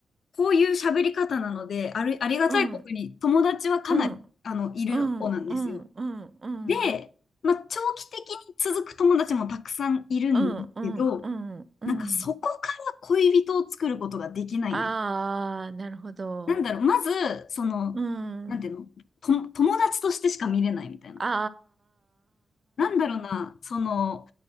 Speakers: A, on the left (about 60°); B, on the right (about 30°).
A: こういう喋り方なので、ある、ありがたいことに友達はかなり、
B: うん、うん、
A: あの、いる方なんですよ。
B: うん、うん、うん、うん、うん、
A: で、まあ、長期的に続く友達もたくさんいるんですけど、
B: うん、うん。
A: なんかそこから恋人を作ることができないんです。
B: あー、なるほど。
A: なんだろう、まず、その、
B: うん。
A: なんていうの、と、友達としてしか見れないみたいな。
B: あ
A: なんだろうな、その、